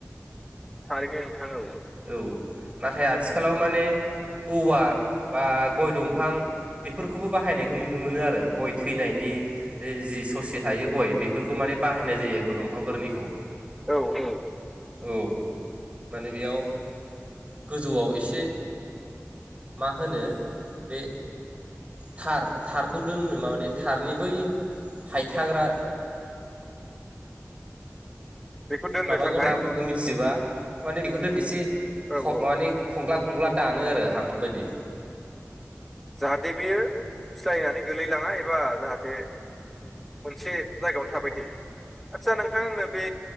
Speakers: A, in the centre; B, on the right (about 25°).
A: थारिनो नोंथां औ।
B: औ नाथाय आथिखालाव माने औवा बा गय दंफां बेफोरखौबो बाहायनायखौ नुनो मोनो आरो गय थैनायनि जि ससे थायो गय बेफोरखौ माने बाहायनाय जायो गय दंफांफोरनिखौ।
A: औ औ
B: औ माने बेयाव गोजौआव एसे मा होनो बे थार थारखौ दोननो म माने थारनि बै हायथाग्रा
A: बेखौ दोननो
B: माबा
A: थाखाय
B: गोनां नामफोरखौ मिथिजोबा माने बेखौ दोनैसे
A: औ
B: माने
A: औ
B: खुंग्ला खुंग्ला दानो आरो हांखब बायदि।
A: जाहाथे बियो फिथायनानै गोलैलाङा एबा जाहाथे मोनसे जायगायावनो थाबाय थायो। आदसा नोंथां आनो बे